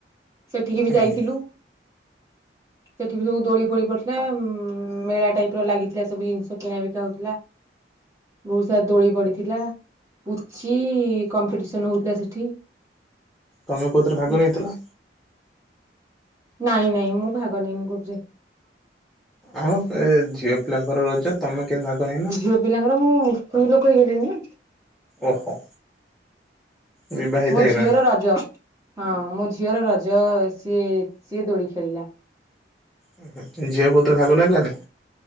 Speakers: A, on the right; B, in the centre.
A: ସେଠିକି ବି
B: ହୁଁ
A: ଯାଇଥିଲୁ।
B: ହୁଁ
A: ସେଠି ବି ସବୁ ଦୋଳି ଫୋଳି ପଡିଥିଲା ଉଁ ମେଳା ଟାଇପ ର ଲାଗିଥିଲା ସବୁ ଜିନିଷ କିଣାବିକା ହଉଥିଲା, ବହୁତ ସାରା ଦୋଳି ପଡିଥିଲା, ପୁଚି କମ୍ପିଟିସନ ହଉଥିଲା ସେଠି।
B: ତମେ କୋଉଥିରେ ଭାଗ
A: ଦେଖି
B: ନେଇଥିଲ?
A: ନାଇଁ ନାଇଁ ମୁଁ ଭାଗନେଇନି କଉଥିରେ।
B: ଆଉ ଏ ଝିଅ ପିଲାଙ୍କର ରଜ ତମେ କେମିତି ଭାଗ ନେଇନ?
A: ଝିଅ ପିଲାଙ୍କର ମୁଁ ସ୍ତ୍ରୀ ଲୋକ କହିଗଲି ନା
B: ଓହୋ। ବିବାହିତ
A: ମୋ
B: ହେଇଗଲଣି
A: ଝିଅର ରଜ ହଁ ମୋ ଝି ଝିଅର ରଜ ସିଏ ସିଏ ଦୋଳି ଖେଳିଲା।
B: <inaudible> ଝିଅ କଉଥିରେ ଭାଗ ନେଲାନି?